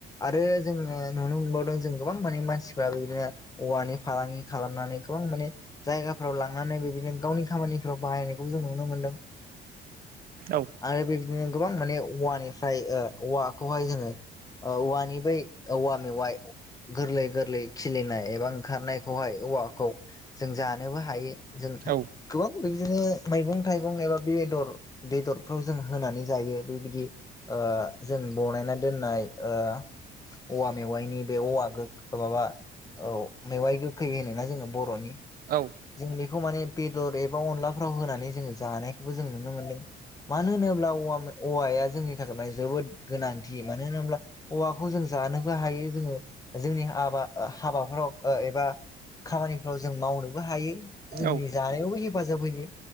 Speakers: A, on the left (about 20°); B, on the right (about 60°).
A: आरो जोङो नुनो मोनबावदों जों गोबां माने मानसिफ्राबो बे बिदिनो औवानि फालांगि खालामनानै गोबां माने जायगाफ्राव लांनानै बेबायदिनो गावनि खामानिफ्राव बाहायनायखौ जों नुनो मोनदों।
B: औ
A: आरो बेबायदिनो गोबां माने औवानिफ्राय ओ औवाखौहाय जोङो ओ औवानि बै औवा मेवाइ गोरलै गोरलै खिलिनाय एबा ओंखारनायखौहाय औवाखौ जों जानोबो हायो जों
B: औ
A: गोबां बिदिनो मैगं थाइगं एबा बेदर बेदरफ्राव जों होनानै जायो बेबायदि ओ जों बनायना दोननाय ओ औवा मेवाइनि बे औवा माबा औ मेवाइ गोखै होनो ना जोङो बर'नि
B: औ
A: जों बेखौ माने बेदर एबा अनलाफ्राव होनानै जोङो जानायखौबो जों नुनो मोनदों। मानो होनोब्ला औवाया जोंनि थाखाय मान जोबोद गोनांथि मानो होनोब्ला औवाखौ जों जा हायो जोङो जोंनि हाबा हाबाफ्राव एबा खामानिफ्राव जों मावनोबो हायो जोंनि
B: औ
A: जानायावबो हेफाजाब होयो।